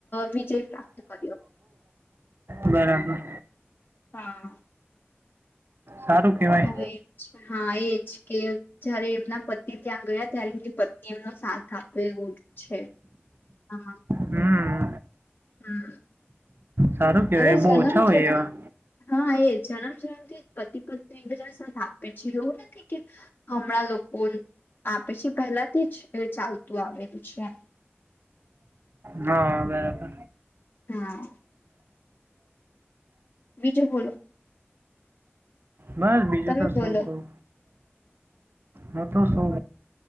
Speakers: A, on the left; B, on the right.
A: વિજય પ્રાપ્ત કરી
B: બરાબર.
A: હા.
B: સારું. કહેવાય
A: તો એજ, હા એજ કે જ્યારે એમના પતિ ત્યાં ગયા ત્યારે એમની પત્ની એ એમનો સાથ આપ્યો એવું છે. હા હા.
B: હમ
A: હમ
B: સારું કહેવાય
A: એને
B: બહુ
A: જ્યારના
B: ઓછા
A: હું
B: હોય
A: જોયા
B: એવા
A: તાન હા એ જન્મ જન્મ થી પતિ પત્ની એકબીજા ને સાથ આપે છે. એવું નથી કે હમણાં લોકો આપે છે પહેલાથી અને ચાલતું આવેલું છે.
B: ના આવે આવે
A: ના અ બીજુ બોલો
B: બસ બીજું
A: તમે
B: તો શું
A: બોલો
B: કવ હતો શું